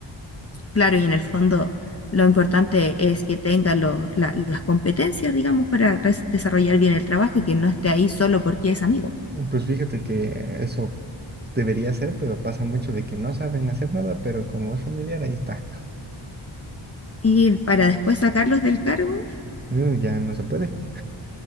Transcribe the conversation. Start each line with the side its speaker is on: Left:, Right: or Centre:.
Left: Claro, y en el fondo lo importante es que tenga los- la- las competencias, digamos, para res- desarrollar bien el trabajo y que no esté ahí solo porque es amigo.
Right: Mm, Pues fíjate que eso debería ser, pero pasa mucho de que no saben hacer nada, pero como es familiar, ahí está.
Left: Y para después sacarlos del cargo
Right: Uh, Ya no se puede.